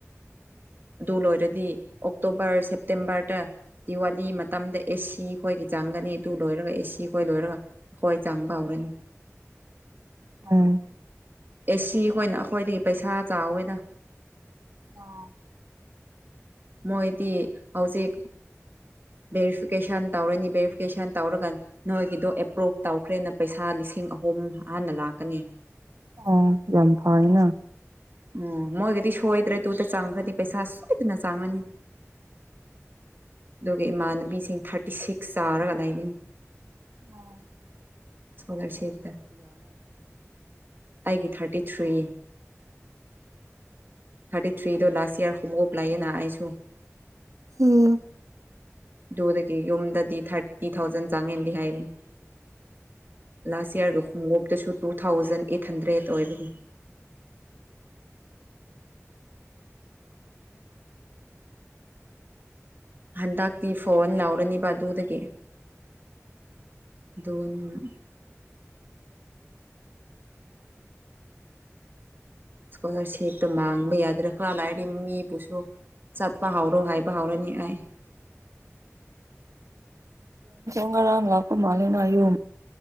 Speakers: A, on the right (about 40°); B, on the right (about 80°).
A: ꯑꯗꯨ ꯂꯣꯏꯔꯗꯤ ꯑꯣꯛꯇꯣꯕꯔ ꯁꯦꯞꯇꯦꯝꯕꯔꯗ ꯗꯤꯋꯥꯂꯤ ꯃꯇꯝꯗ ꯑꯦꯁꯤ ꯍꯣꯏꯒꯤ ꯆꯥꯡꯒꯅꯤ ꯑꯗꯨ ꯂꯣꯏꯔꯒ ꯑꯦꯁꯤ ꯈꯣꯏ ꯂꯣꯏꯔꯒ ꯍꯣꯏ ꯆꯪꯕꯍꯧꯔꯅꯤ꯫
B: ꯎꯝ꯫
A: ꯑꯦꯁꯤ ꯈꯣꯏꯅ ꯑꯩꯈꯣꯏꯗꯒꯤ ꯄꯩꯁꯥ ꯆꯥꯎꯋꯦꯗ꯫
B: ꯑꯥ꯫
A: ꯃꯣꯏꯗꯤ ꯍꯧꯖꯤꯛ ꯚꯦꯔꯤꯐꯤꯀꯦꯁꯟ ꯇꯧꯔꯅꯤ ꯚꯦꯔꯤꯐꯤꯀꯦꯁꯟ ꯇꯧꯔꯀꯥꯟ ꯅꯣꯏꯒꯤꯗꯣ ꯑꯦꯄ꯭ꯔꯣꯚ ꯇꯧꯈ꯭ꯔꯦꯅ ꯄꯩꯁꯥ ꯂꯤꯁꯤꯡ ꯑꯍꯨꯝ ꯍꯥꯟꯅ ꯂꯥꯛꯀꯅꯤ꯫
B: ꯎꯝ ꯌꯥꯝ ꯐꯩꯅ꯫
A: ꯎꯝ ꯃꯣꯏꯒꯗꯤ ꯁꯣꯏꯗ꯭ꯔꯦ ꯇꯨꯗ ꯆꯪꯈ꯭ꯔꯗꯤ ꯄꯩꯁꯥ ꯁꯣꯏꯗꯅ ꯆꯪꯉꯅꯤ꯫ ꯑꯗꯨꯒꯤ ꯏꯃꯥꯟꯅꯕꯤꯁꯤꯡ ꯊꯥꯔꯇꯤ ꯁꯤꯛꯁ ꯆꯥꯔꯒ ꯂꯩꯒꯅꯤ
B: ꯑꯥ꯫
A: ꯏꯁꯀꯣꯂꯥꯔꯁꯤꯞꯇ ꯑꯩꯒꯤ ꯊꯥꯔꯇꯤ ꯊ꯭ꯔꯤ ꯊꯥꯔꯇꯤ ꯊ꯭ꯔꯤꯗ ꯂꯥꯁ ꯏꯌꯔ ꯈꯨꯡꯉꯨꯞ ꯂꯥꯏꯌꯦꯅ ꯑꯩꯁꯨ꯫
B: ꯎꯝ꯫
A: ꯑꯗꯨꯗꯒꯤ ꯌꯨꯝꯗꯗꯤ ꯊꯥꯔꯇꯤ ꯊꯥꯎꯖꯟ ꯆꯪꯉꯦꯗꯤ ꯍꯥꯏꯕꯅꯤ꯫ ꯂꯥꯁ ꯌꯔꯒ ꯈꯣꯡꯎꯞꯇꯁꯨ ꯇꯨ ꯊꯥꯎꯖꯟ ꯑꯦꯠ ꯍꯟꯗ꯭ꯔꯦꯠ ꯑꯣꯏꯕꯒꯤ ꯍꯟꯗꯛꯇꯤ ꯐꯣꯟ ꯂꯧꯔꯅꯤꯕ ꯑꯗꯨꯗꯒꯤ ꯑꯗꯨꯅ ꯏꯁꯀꯣꯂꯥꯔꯁꯤꯞꯇꯣ ꯃꯥꯡꯕ ꯌꯥꯗ꯭ꯔꯦ ꯈ꯭ꯔꯥ ꯂꯥꯏꯗꯤ ꯃꯤꯕꯨꯁꯨ ꯆꯠꯄ ꯍꯧꯔꯣ ꯍꯥꯏꯕ ꯍꯧꯔꯅꯤ ꯑꯩ꯫
B: ꯉꯔꯥꯡ ꯂꯥꯛꯄ ꯃꯥꯂꯤꯅ ꯌꯨ꯫